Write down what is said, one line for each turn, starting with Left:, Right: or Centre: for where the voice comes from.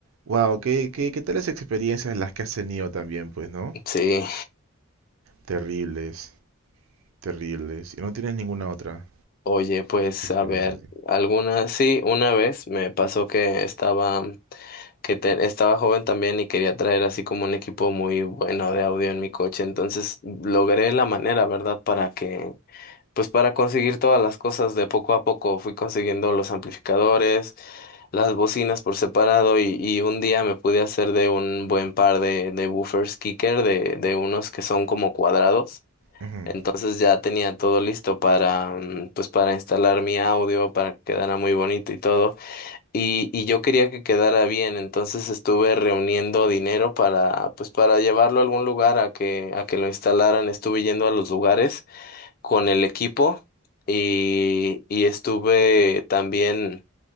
Right: Wow, ¿qué, qué, qué tales experiencias las que has tenido también, pues, ¿no?
Left: sí.
Right: Terribles, terribles. Y no tienes ninguna otra
Left: Oye, pues
Right: experiencia
Left: a ver,
Right: así.
Left: alguna, sí, una vez me pasó que estaba, que te- estaba joven también y quería traer así como un equipo muy bueno de audio en mi coche, entonces logré la manera, ¿verdad? Para que, pues para conseguir todas las cosas de poco a poco, fui consiguiendo los amplificadores, las bocinas por separado y, y un día me pude hacer de un buen par de, de woofers kicker, de, de unos que son como cuadrados.
Right: Ujú,
Left: Entonces ya tenía todo listo para, mm, pues para instalar mi audio, para que quedara muy bonito y todo. Y, y yo quería que quedara bien, entonces estuve reuniendo dinero para, pues para llevarlo a algún lugar a que, a que lo instalaran. Estuve yendo a los lugares con el equipo y, y estuve también,